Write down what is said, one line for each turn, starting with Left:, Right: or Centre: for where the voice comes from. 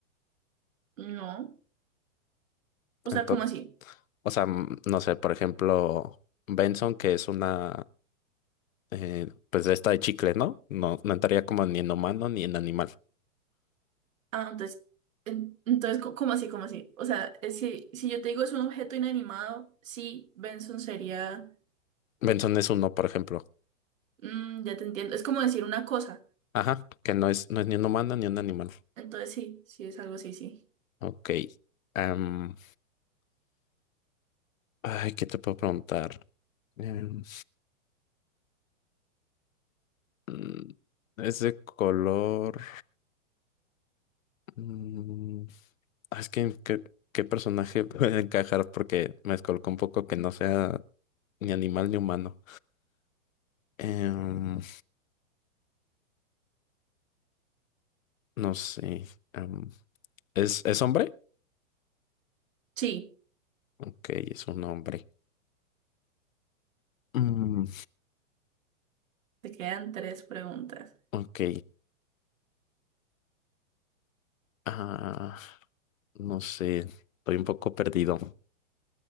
Right: No. O
Left: Ento-
Right: sea, ¿cómo así?
Left: o sea, mm, no sé, por ejemplo, Benson, que es una, eh, pues de esta de chicle, ¿no? No, no entraría como ni en humano ni en animal.
Right: Ah, entonces, en- entonces, co- ¿cómo así? ¿Cómo así? O sea, eh, si, si yo te digo es un objeto inanimado, sí, Benson sería.
Left: Benson es uno, por ejemplo.
Right: mm, ya te entiendo. Es como decir una cosa.
Left: Ajá, que no es, no es ni un humano ni un animal.
Right: Entonces sí, sí es algo así, sí.
Left: Ok. Am, ay, ¿qué te puedo preguntar? Em, mm, es de color. Mm, ah, es que qué, qué personaje <laughs> puede encajar porque me descolocó un poco que no sea ni animal ni humano. Em, no sé. em, ¿es, es hombre?
Right: Sí,
Left: Ok, es un hombre. Mm,
Right: te quedan tres preguntas.
Left: ok. Ah, no sé. Estoy un poco perdido.